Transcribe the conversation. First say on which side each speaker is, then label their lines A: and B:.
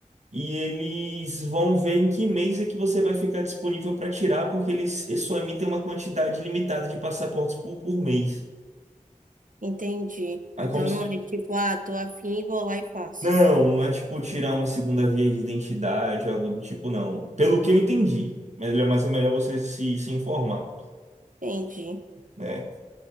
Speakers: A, on the right; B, on the right.
A: E eles vão ver em que mês é que você vai ficar disponível para tirar, porque eles, eles só emitem uma quantidade limitada de passaportes por, por mês.
B: Entendi.
A: Aí
B: Então
A: como se.
B: não é tipo, ah, tô afim, vou lá e faço.
A: Não, não é tipo tirar uma segunda via de identidade, algo do tipo, não. Pelo que eu entendi. Melhor- Mas é melhor você se, se informar,
B: Entendi.
A: né?